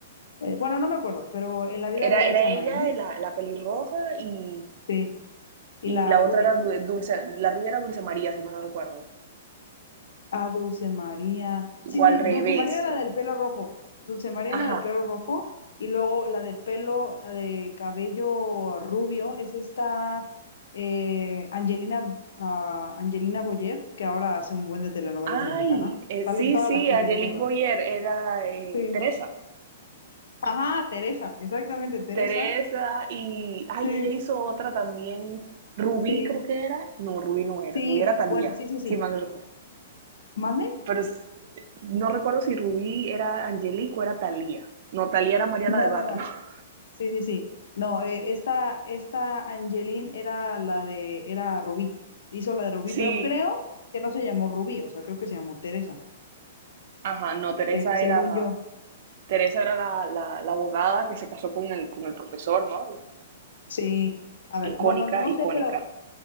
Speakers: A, on the left (about 80°); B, on the right (about 45°).
A: Eh, bueno, no me acuerdo, pero en la vida
B: Era,
A: real
B: era
A: es Amaí,
B: ella, la, la pelirroja y,
A: sí, y
B: y
A: la
B: la
A: rubia.
B: otra era Dulce, la rubia era Dulce María, si mal no recuerdo.
A: Ah, Dulce María. Sí,
B: O
A: sí,
B: al revés.
A: Dulce María era
B: o-
A: la del pelo rojo. Dulce María
B: Ajá.
A: era la de pelo rojo. Y luego la de pelo, la de cabello rubio, es esta eh, Angelina, ah, Angelina Boyer, que ahora hace un buen de telenovelas
B: Ay,
A: mexicanas.
B: eh,
A: Salen
B: sí,
A: todas
B: sí,
A: las telenovelas.
B: Angelique Boyer era eh,
A: Sí.
B: Teresa.
A: Ajá, Teresa, exactamente, Teresa.
B: Teresa y, ay,
A: Sí,
B: ella hizo otra también. Rubí
A: sí,
B: creo que era. No, Rubí no era.
A: sí.
B: Rubí era Talía,
A: Bueno, sí, sí, sí.
B: si mal no recuerdo.
A: ¿Mande?
B: Pero es- no recuerdo si Rubí era Angelique o era Talía, No, Talía era Mariana
A: No,
B: del Barrio.
A: no, no.
B: <laughs>
A: Sí, sí, sí. No, eh, esta, esta Angeline era la de, era Rubí. Hizo la de Rubí,
B: Sí,
A: pero creo que no se llamó Rubí, o sea, creo que se llamó Teresa,
B: ajá, no, Teresa
A: se- según
B: era,
A: yo.
B: Teresa era la, la, la abogada que se casó con el, con el profesor, ¿no?
A: Sí. A ver,
B: Icónica,
A: bueno, no
B: icónica.
A: sé, pero